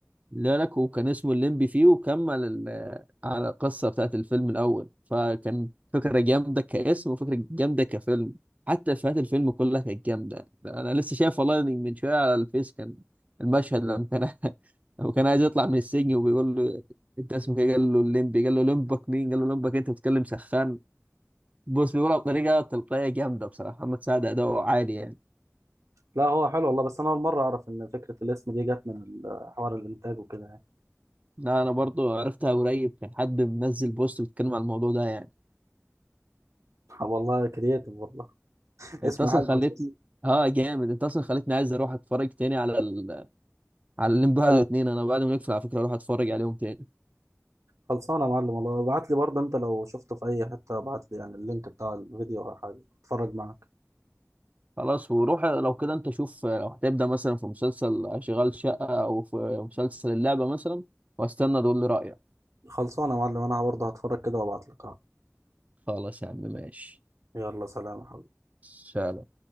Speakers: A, on the right; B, on the right.
A: لا لك وكان اسمه الليمبي فيه وكمل ال- على القصة بتاعت الفيلم الأول فكان فكرة جامدة كاسم وفكرة جامدة كفيلم حتى إفيهات الفيلم كلها كانت جامدة أنا لسه شايف والله من شوية على الفيس كان المشهد لما كان <laughs> لما كان عايز يطلع من السجن وبيقول له أنت اسمك إيه؟ قال له الليمبي قال له لمبك مين؟ قال له لمبك أنت بتتكلم سخان بص بيقولها بطريقة تلقائية جامدة بصراحة محمد سعد أداؤه عالي يعني
B: لا هو حلو والله بس أنا أول مرة أعرف إن فكرة الاسم دي جت من ال- حوار الإنتاج وكده يعني
A: لا أنا برضو عرفتها قريب كان حد منزل بوست بيتكلم عن الموضوع ده يعني
B: <laughs> والله كرييتيف والله <laughs>
A: انت
B: اسم
A: اصلا
B: حلو
A: خليتني
B: أساسا
A: اه جامد انت اصلا خليتني عايز اروح اتفرج تاني على ال... على الليمبي واحد واتنين انا بعد ما نقفل على فكره اروح اتفرج عليهم تاني
B: خلصانه يا معلم والله ابعت لي برضه انت لو شفته في اي حته ابعت لي يعني اللينك بتاع الفيديو او حاجه اتفرج معاك
A: خلاص وروح لو كده انت شوف لو هتبدا مثلا في مسلسل شغال شقه او في مسلسل اللعبه مثلا واستنى تقول لي رايك
B: خلصانه يا معلم انا برضه هتفرج كده وابعت لك
A: خلاص يا عم ماشي
B: يلا سلام يا حبيبي
A: سلام